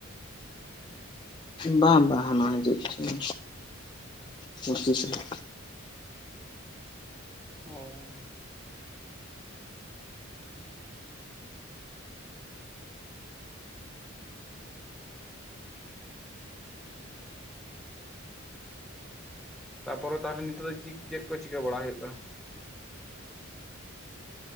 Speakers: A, on the left; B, in the centre.
A: ᱵᱟᱝ ᱵᱟᱝ ᱦᱟᱱᱟ ᱦᱤᱡᱩᱜ ᱠᱟᱱᱟ ᱯᱚᱸᱪᱤᱥ ᱨᱮ
B: ᱚ ᱛᱟᱯᱚᱨᱮ ᱛᱟᱦᱚᱞᱮ ᱱᱤᱛᱚᱜ ᱫᱚ ᱪᱮᱫ ᱠᱚ ᱪᱤᱠᱟᱹ ᱵᱟᱲᱟ ᱦᱩᱭᱩᱜ ᱠᱟᱱᱟ?